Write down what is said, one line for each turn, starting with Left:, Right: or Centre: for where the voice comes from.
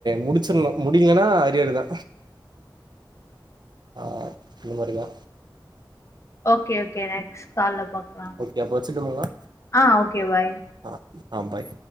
Right: முடிச்சிட்ணு முடிக்கலன்னா அரியர்தா ஆ இந்த மாரியா
Left: ஓகே ஓகே நெக்ஸ்ட் கால்ல பாக்லா
Right: ஓகே அப்ப வச்சுட்டுங்களா?
Left: ஆ ஓகே வாய்
Right: ஆ ஆ பாய்